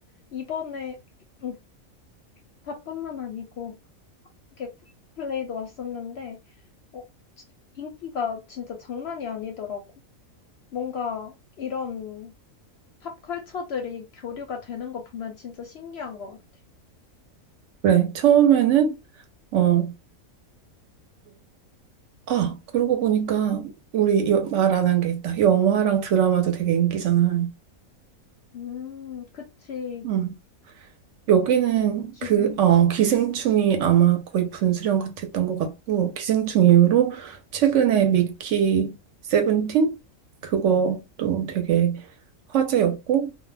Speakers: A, on the left (about 65°); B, on the right (about 70°).
A: 이번에, 음, 다뿐만 아니고, 이렇게 플레이도 왔었는데, 어, 지- 인기가 진짜 장난이 아니더라고. 뭔가 이런 팝컬처들이 교류가 되는 거 보면 진짜 신기한 것 같아.
B: 그래, 처음에는 어, 아, 그러고 보니까 우리 말 안 한 게 있다. 영화랑 드라마도 되게 인기잖아.
A: 음, 그치.
B: 응. 여기는
A: 기생충?
B: 그, 어, 기생충이 아마 거의 분수령 같았던 것 같고, 기생충 이후로 최근에 미키 세븐틴? 그것도 되게 화제였고,